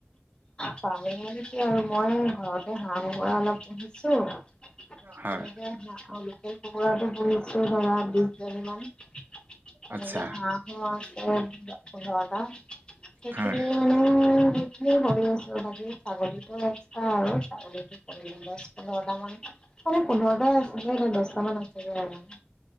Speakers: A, on the left (about 20°); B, on the right (about 50°).
A: ফামিং মানে কি আৰু মই ঘৰতে হাঁহ কুকুৰা অলপ পুহিছো, তেনেকে
B: হয়
A: হাঁহ অ লোকেল কুকুৰা টো পুহিছো ধৰা বিছজনী মান তেনেকে
B: আচ্ছা
A: হাহও আছে পোন্ধৰটা সেইখিনি
B: হয়
A: মানে সেইখিনিয়ে হৈ আছে বাকী ছাগলীটো এক্স্ৰা আৰু ছাগলীটো দছ পোন্ধৰটা মান এ পোন্ধৰটা আছিলে দছটামান আছেগে আৰু